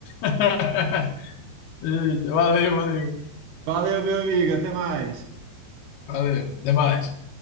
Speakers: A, on the left; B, on the right.
A: <laughs> Eita, valeu, valeu.
B: <laughs> Valeu, meu amigo. Até mais.
A: Valeu. Até mais.